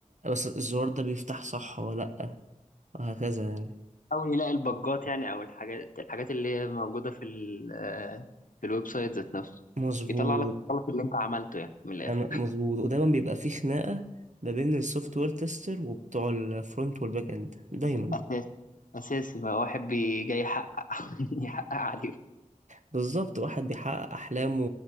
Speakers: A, on the right (about 65°); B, on the left (about 80°).
A: بس الزرار ده بيفتح صح ولا لأ وهكذا يعني
B: حاول يلاقي البجات يعني او الحاجات الحاجات اللي هي موجودة في ال آه، في الويب سايت ذات نفسه
A: مظبوط
B: يطلع لك الغلط اللي انت عملته يعني من الاخر
A: تمام، مظبوط ودايما بيبقى فيه خناقة ما بين السوفت وير تيستر وبتوع الفرونت والباك اند دايما
B: اساسي اساسي ما واحد بي جاي يحقق <laughs> يحقق عليه
A: بالظبط واحد بيحقق أحلامه